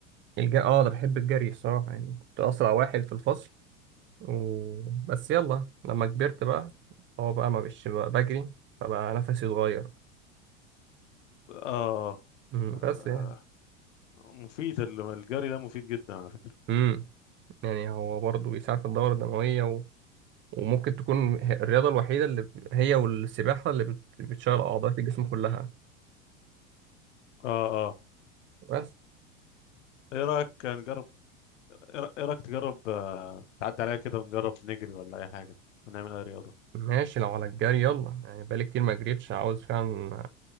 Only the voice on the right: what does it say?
الج... اه ده بحب الجري الصراحه يعني كنت اسرع واحد في الفصل و... بس يلا لما كبرت بقى هو بقى ما بقتش بقى بجري فبقى نفسي اتغير
مم،
بس يعني
امم يعني هو برضه بيساعد في الدورة الدموية و... وممكن تكون هي- الرياضة الوحيدة اللي ب- هي والسباحة اللي بت... بتشغل أعضاء الجسم كلها
بس
ماشي لو على الجري يلا يعني بقالي كتير ما جريتش عاوز فعلا